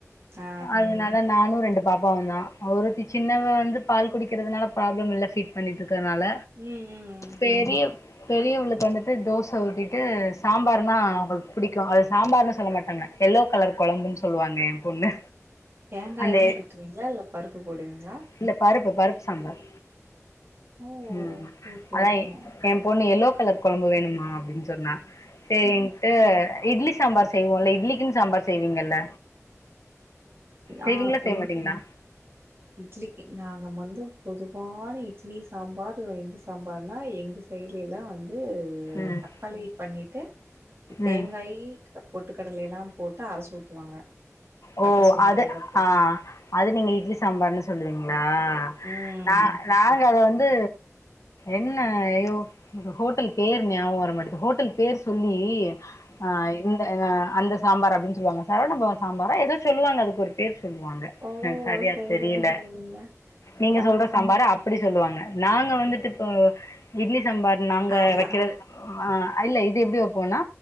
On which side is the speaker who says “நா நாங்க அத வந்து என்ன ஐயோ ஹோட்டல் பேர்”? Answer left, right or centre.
Left